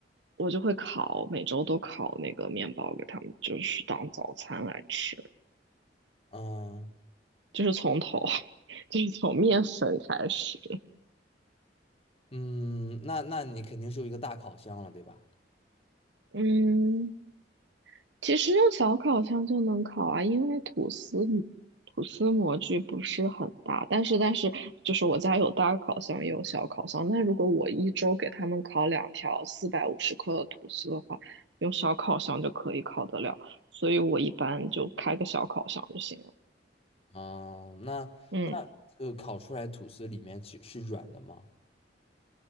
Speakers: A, on the right (about 85°); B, on the left (about 35°).
A: 我就会烤，每周都烤那个面包给他们，就是当早餐来吃，
B: 嗯
A: 就是从头，<laughs> 就是从面粉开始。
B: 嗯，那那你肯定是有一个大烤箱了，对吧？
A: 嗯。其实用小烤箱就能烤啊，因为吐司吐司模具不是很大，但是但是就是我家有大烤箱也有小烤箱，那如果我一周给他们烤两条四百五十克的吐司的话，用小烤箱就可以烤得了，所以我一般就开个小烤箱就行了。
B: 哦，那那呃，
A: 嗯。
B: 烤出来吐司里面其是软的吗？